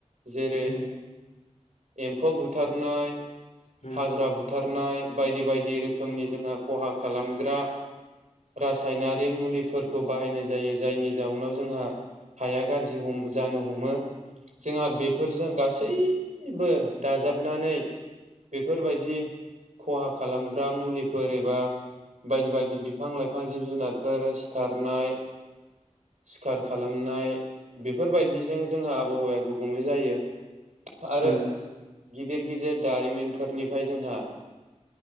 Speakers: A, on the right; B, on the left.
A: जेरै
B: उम
A: एम्फौ बुथारनाय,
B: उम
A: हाग्रा बुथारनाय बायदि बायदि रोखोमनि जोंहा खहा खालामग्रा रासायनारि मुलिफोरखौ बाहायनाय जायो जायनि जाउनाव जोंहा हाया गाज्रि जानो हमो जोंहा बेफोरजों गासैबो दाजाबनानै बेफोरबायदि खहा खालामग्रा मुलिफोर एबा बायदि बायदि बिफां लाइफां जिब जुनारफोर सिथारनाय सिखार खालामनाय बेफोरबायदिजों जोंहा आबहावाया गुबुंले जायो। आरो
B: उम
A: बिद गिदिर गिदिर दारिमिनफोरनिफ्राय जोंहा